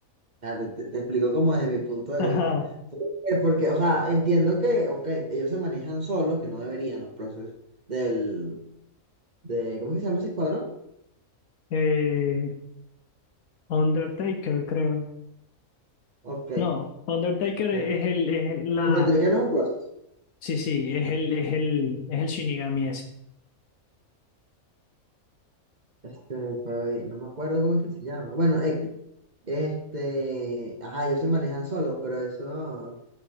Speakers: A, on the right; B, on the left.
A: nada, te, te- te explico como desde mi punto de
B: <laughs> Ajá.
A: vista. porque Porque, o sea, entiendo que, ok, ellos se manejan solos, que no deberían los procesos del, de, ¿cómo es que se llama ese escuadrón?
B: Eh, Undertaker, creo.
A: Ok,
B: No, Undertaker
A: este
B: es el, es el- la,
A: un detective no es un proceso.
B: sí, sí, es el, es el, es el Shinigami ese.
A: Este, pues, no me acuerdo cómo es que se llama. Bueno, X. Este, ajá, ellos se manejan solos, pero eso,